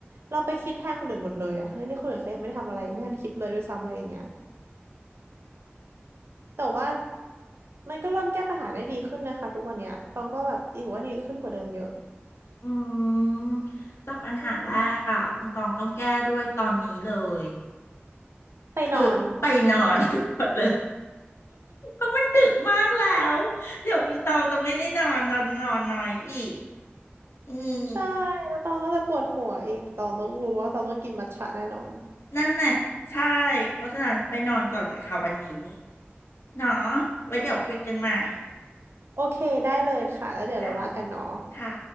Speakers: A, on the right; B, on the left.
A: เราไปคิดแทนคนอื่นหมดเลยอ่ะทั้งที่คนอื่นเขายังไม่ได้ทำอะไรไม่ทันคิดเลยด้วยซ้ำอะไรอย่างเงี้ยแต่ว่ามันก็เริ่มแก้ปัญหาได้ดีขึ้นนะคะทุกวันเนี้ยตองก็แบบถือว่าดีขึ้นกว่าเดิมเยอะ
B: อืมแต่ปัญหาแรกอ่ะคุณตองต้องแก้ด้วยตอนนี้เลย
A: อืมไปนอน
B: คือไปนอน <laughs> กันหมดเลยเพราะมันดึกมากแล้วเดี๋ยวคุณตองจะไม่ได้นอนนอนนอนน้อยอีกอืม
A: <laughs> ใช่แล้วตองก็จะปวดหัวอีกตองต้องรู้ว่าตองต้องกินมัทฉะแน่นอน
B: นั่นน่ะใช่เพราะฉะนั้นไปนอนก่อนเลยค่ะวันนี้เนาะไว้เดี๋ยวคุยกันใหม่
A: โอเคได้เลยค่ะแล้วเดี๋ยวเราว่ากันเนาะ
B: ค่ะค่ะ